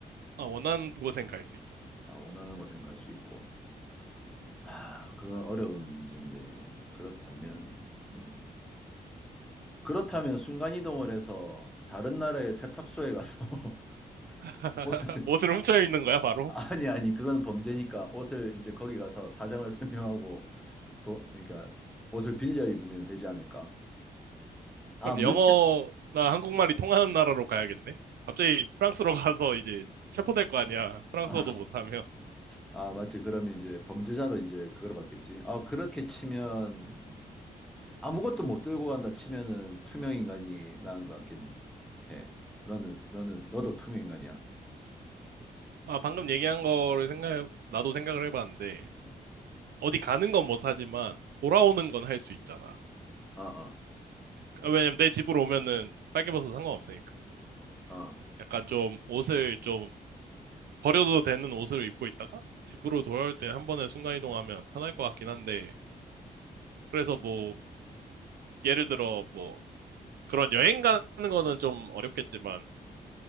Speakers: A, on the right; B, in the centre.
A: 아, 원하는 곳엔 갈 수 있어.
B: 아, 원하는 곳에는 갈 수 있고. 아, 그거 어려운 문제인데. 그렇다면, 음, 그렇다면 순간이동을 해서 다른 나라의 세탁소에 가서 <laughs>
A: <laughs>
B: 옷을,
A: 옷을 훔쳐 입는 거야, 바로?
B: 아니, 아니, 그건 범죄니까 옷을 이제 거기 가서 사정을 <laughs> 설명하고, 도, 그러니까 옷을 빌려 입으면 되지 않을까? 아,
A: 그럼
B: 물체,
A: 영어나 한국말이 통하는 나라로 가야겠네? 갑자기 프랑스로 가서 이제 체포될 거 아니야. 프랑스어도
B: 아,
A: 못하면.
B: 아, 맞지. 그러면 이제 범죄자로 이제 그걸 받겠지. 아, 그렇게 치면 아무것도 못 들고 간다 치면은 투명 인간이 나은 것 같긴 해. 너는 너는 너도 투명 인간이야.
A: 아, 방금 얘기한 거를 생각, 나도 생각을 해봤는데,
B: 음.
A: 어디 가는 건 못하지만, 돌아오는
B: 음.
A: 건 할 수 있잖아.
B: 어, 어.
A: 아, 왜냐면 내 집으로 오면은 빨개 벗어도 상관없으니까.
B: 어.
A: 약간 좀 옷을 좀 버려도 되는 옷을 입고 있다가, 집으로 돌아올 때 한 번에 순간이동하면 편할 것 같긴 한데, 그래서 뭐, 예를 들어 뭐, 그런 여행 가는 거는 좀 어렵겠지만,